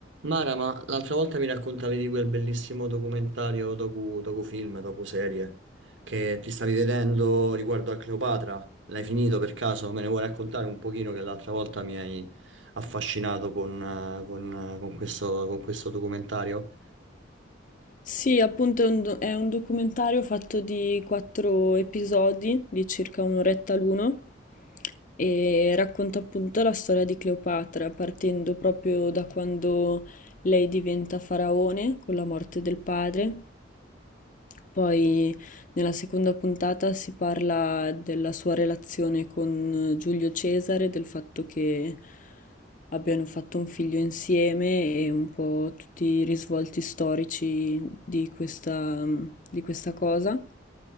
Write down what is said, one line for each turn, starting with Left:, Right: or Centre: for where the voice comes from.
Right: Mara, ma l'altra volta mi raccontavi di quel bellissimo documentario, docu, docufilm, docuserie che ti stavi vedendo riguardo a Cleopatra. L'hai finito per caso? Me ne vuoi raccontare un pochino che l'altra volta mi hai affascinato con, eh, con, eh, con questo, con questo documentario?
Left: Sì, appunto è un, do- è un documentario fatto di quattro episodi di circa un'oretta l'uno e racconta appunto la storia di Cleopatra, partendo proprio da quando lei diventa faraone con la morte del padre poi nella seconda puntata si parla della sua relazione con Giulio Cesare, del fatto che abbiano fatto un figlio insieme e un po' tutti i risvolti storici di questa, di questa cosa.